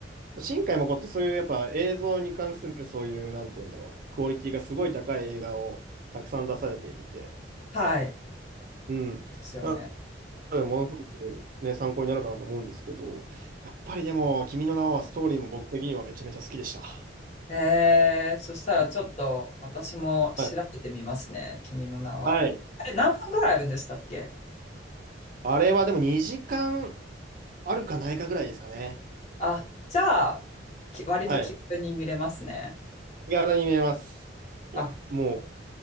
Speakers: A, on the right; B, on the left.
A: 新海誠ってそういうやっぱ映像に関するそういう、なんて言うんだろう、クオリティがすごい高い映画をたくさん出されていて、
B: はい。で
A: うん。
B: すよね。
A: なので、ものすごくね、参考になるかなと思うんですけど、やっぱりでも、君の名はストーリーも僕的にはめちゃめちゃ好きでした。
B: えー、そしたらちょっと私も調べてみますね。
A: うんはい。
B: 君の名は。
A: はい。
B: あれ、何分ぐらいあるんでしたっけ
A: あれはでも2時間あるかないかぐらいですかね。
B: あ、じゃあ、き割と気軽に見れますね。
A: はい。気軽に見れます。いや、
B: あ、
A: もう、